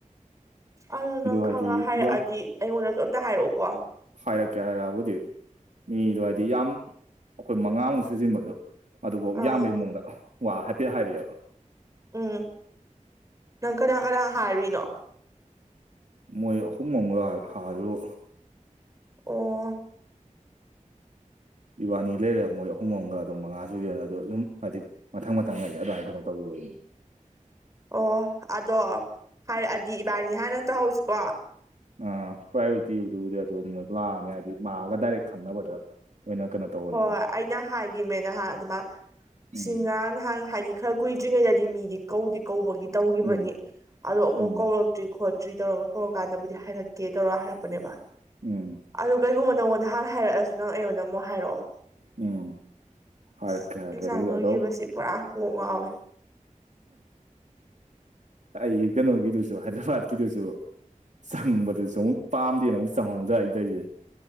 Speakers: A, on the right (about 25°); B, on the right (about 65°).
A: ꯑꯗꯨ ꯅꯪ ꯈꯪꯉ
B: ꯍꯥꯏꯗꯤ
A: ꯍꯥꯏꯔꯛꯑꯗꯤ
B: ꯌꯥꯝ
A: ꯑꯩꯉꯣꯟꯗꯁꯨ ꯑꯝꯇ ꯍꯥꯏꯔꯛꯎꯀꯣ
B: ꯍꯥꯏꯔꯛꯀꯦ ꯍꯥꯏꯔꯛꯑꯕꯨꯗꯤ ꯃꯤꯗꯣ ꯍꯥꯏꯗꯤ ꯌꯥꯝ ꯑꯩꯈꯣꯏ ꯃꯉꯥꯃꯨꯛ ꯁꯨꯖꯤꯟꯕꯗꯣ ꯑꯗꯨ
A: ꯑꯥ
B: ꯏꯌꯥꯝꯕꯩ ꯃꯑꯣꯡꯗ ꯋꯥ ꯍꯥꯏꯐꯦꯠ ꯍꯥꯏꯔꯤꯑꯦꯕ
A: ꯎꯝ ꯅꯪ ꯀꯅꯥ ꯀꯅꯥ ꯍꯥꯏꯔꯨꯔꯤꯏꯅꯣ
B: ꯃꯣꯏ ꯑꯍꯨꯝ ꯑꯃꯒ ꯍꯥꯏꯔꯨ
A: ꯑꯣ
B: ꯏꯕꯥꯅꯤ ꯂꯩꯔꯦ ꯃꯣꯏ ꯑꯍꯨꯝꯃꯒ ꯑꯗꯨꯝ ꯃꯉꯥ ꯁꯨꯈꯤꯕꯅ ꯑꯗꯨ ꯑꯗꯨꯝ ꯍꯥꯏꯗꯤ ꯃꯊꯪ ꯃꯊꯪ ꯍꯥꯏꯩꯗꯤ ꯑꯗꯨꯃꯥꯏꯅ ꯀꯩꯅꯣ ꯇꯧ <unintelligible>
A: ꯑꯣ ꯑꯗꯣ ꯍꯥꯏꯔꯛꯑꯗꯤ ꯏꯕꯥꯅꯤ ꯍꯥꯏꯥꯟꯅ ꯇꯧꯍꯧꯁꯤꯀꯣ
B: ꯑ ꯄ꯭ꯔꯥꯏꯌꯣꯔꯤꯇꯤꯗꯨꯕꯨꯗꯤ ꯑꯗꯨꯝ ꯂꯥꯛꯑꯅꯤ ꯍꯥꯏꯕꯗꯤ ꯂꯥꯛꯑꯒ ꯗꯥꯏꯔꯦꯛ ꯈꯪꯅꯕꯗ ꯑꯣꯏꯅ ꯀꯩꯅꯣ ꯇꯧꯕꯅꯤꯅ
A: ꯍꯣꯏꯣꯏ ꯑꯩꯅ ꯍꯥꯏꯈꯤꯕꯅꯦ ꯅꯍꯥꯟ ꯑꯗꯨꯃ
B: ꯎꯝ
A: ꯁꯤ ꯉꯔꯥꯡ ꯅꯍꯥꯟ ꯍꯥꯏꯗꯤ ꯈꯔ ꯀꯨꯏꯗ꯭ꯔꯤꯉꯩꯗꯗꯤ ꯃꯤꯗꯤ ꯀꯧꯗꯤ ꯀꯧꯕꯒꯤ ꯇꯧꯈꯤꯕꯅꯤ
B: ꯎꯝ
A: ꯑꯗꯣ ꯑꯃꯨꯛ
B: ꯎꯝ
A: ꯀꯧꯔꯛꯇ꯭ꯔꯤ <unintelligible> <unintelligible> ꯀꯧꯔ ꯀꯥꯟꯗꯕꯨ ꯍꯥꯏꯔꯛꯀꯦ ꯇꯧꯔ ꯍꯥꯏꯔꯛꯄꯅꯦꯕ
B: ꯎꯝ
A: ꯑꯗꯨ ꯀꯩꯒꯨꯝꯕ ꯅꯣꯟ ꯅꯍꯥꯟ ꯍꯥꯏꯔꯛꯑꯁꯨ ꯅꯪ ꯑꯩꯉꯣꯟꯗ ꯑꯃꯨꯛ ꯍꯥꯏꯔꯛꯑꯣ
B: ꯎꯝ
A: ꯑꯁ
B: ꯍꯥꯏꯔꯛꯀꯦ ꯍꯥꯏꯔꯛꯀꯦ
A: ꯑꯦꯛꯖꯥꯝ
B: ꯑꯗꯨꯕꯨꯗꯤ
A: ꯂꯣꯏꯈꯤꯕꯁꯤ
B: ꯑꯗꯣ
A: ꯄꯨꯔꯥ ꯀꯣꯛ ꯉꯥꯎꯋꯤ
B: ꯑꯩ ꯀꯩꯅꯣ ꯀꯤꯗꯨꯁꯨ ꯍꯥꯏꯗ꯭ꯔꯕꯥꯗ ꯀꯤꯗꯨꯨꯁꯨ ꯆꯪꯕꯗꯨꯁꯨ ꯑꯃꯨꯛ ꯄꯥꯝꯗꯦꯅ ꯑꯃꯨꯛ ꯆꯪꯍꯧꯗ꯭ꯔ ꯑꯩꯇꯩꯁꯦ